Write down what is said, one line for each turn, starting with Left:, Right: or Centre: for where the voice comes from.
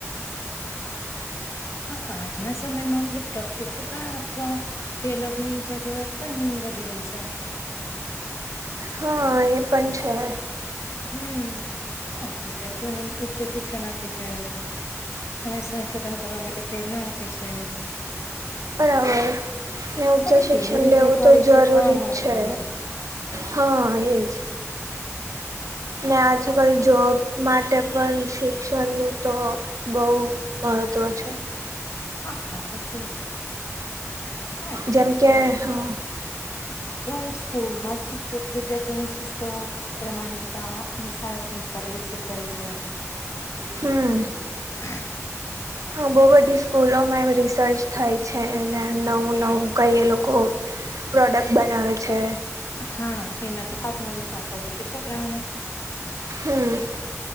Left: હા. આજના સમયમાં પ્રશિક્ષકા અથવા ટેલર ની જરૂરત પણ વધી રહી છે.
Right: હા એ પણ છે.
Left: હમ્મ, વિદ્યાર્થીઓની ઉચ્ચ શિક્ષણ આપે છે. અને સંશોધન કરવા માટે પ્રેરણા આપે છે.
Right: બરાબર. ને ઉચ્ચ
Left: આ તે
Right: શિક્ષણ
Left: કેવી રીતે
Right: લેવું
Left: કરે
Right: તો જરૂરી
Left: છે આ મહત્વનું
Right: જ છે. હા એજ. ને આજ કલ
Left: હમ
Right: જોબ માટે પણ શિક્ષણનું તો બહુ મહત્ત્વ છે.
Left: હા હા! પછી. હા શિક્ષક.
Right: જેમ કે હમ
Left: જો સ્કૂલમાં જ શિક્ષકો વિદ્યાર્થીઓની સુસ્ત પ્રમાણિક. અને સારા સંસ્કારો વિકસિત કરે છે.
Right: હમમ
Left: <inaudible>
Right: હા બહુ બધી સ્કૂલોમાં એમ રિસર્ચ થઈ છે. અને ને નવું નવું કઈ એ લોકો પ્રોડક્ટ બનાવે છે.
Left: હા! એનાથી આત્મવિશ્વાસ વધે છે છોકરાઓનો.
Right: હમ!